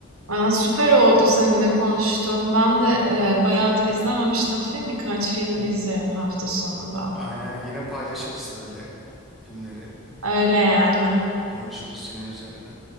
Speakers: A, on the right; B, in the centre.
A: Aa, süper oldu seninle konuştuğum. Ben de e, bayağıdır izlememiştim film. Birkaç film izlerim hafta sonunda.
B: Aynen yine paylaşırız böyle filmleri.
A: Öyle yani.
B: Konuşuruz yine üzerine.